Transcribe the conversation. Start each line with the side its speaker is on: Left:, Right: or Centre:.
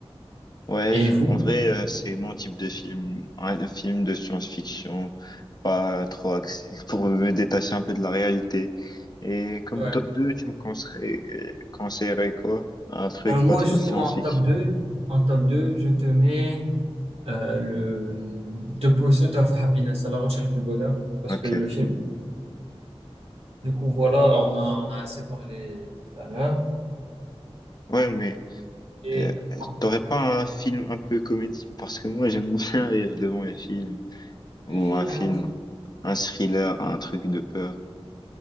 Left: Ouais,
Right: Et
Left: je-
Right: vous?
Left: en vrai, euh, c'est mon type de film, un film de science-fiction, pas trop axé, <laughs> pour me détacher un peu de la réalité. Et comme
Right: ouais.
Left: top deux tu me conseillerais, conseillerais quoi? Un truc
Right: Ben, moi,
Left: pas trop
Right: justement,
Left: science-fiction.
Right: en top 2, en top deux je te mets euh, le The Pursuit of Happiness, à la recherche du bonheur, parce
Left: Ok.
Right: que le film. Du coup, voilà, on a, on a assez parlé tout à l'heure.
Left: Ouais, mais
Right: Et
Left: Euh,
Right: en
Left: t'aurais
Right: top
Left: pas un film un peu comédie? Parce que moi, j'aime <laughs> bien rire devant les films. Ou
Right: de
Left: un film, un thriller, un truc de peur.